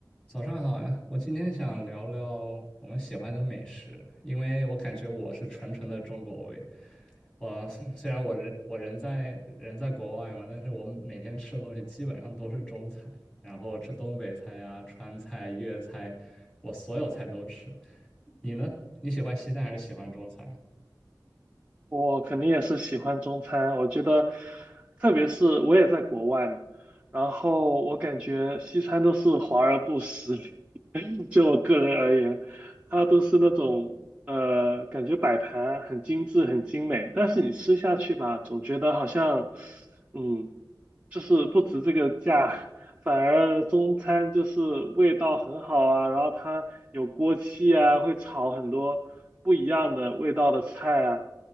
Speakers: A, on the left (about 15°); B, on the right (about 20°).
A: 早上好呀，我今天想聊聊我们喜欢的美食，因为我感觉我是纯纯的中国胃。我虽虽然我人我人在人在国外嘛，但是我每天吃的东西基本上都是中餐，然后吃东北菜呀、川菜、粤菜，我所有菜都吃。你呢？你喜欢西餐还是喜欢中餐？
B: 我肯定也是喜欢中餐，我觉得，特别是我也在国外嘛，然后我感觉西餐都是华而不实，<laughs> 就我个人而言，它都是那种呃，感觉摆盘很精致、很精美，但是你吃下去吧，总觉得好像，嗯，就是不值这个价，<laughs> 反而中餐就是味道很好啊，然后它有锅气啊，会炒很多不一样的味道的菜啊。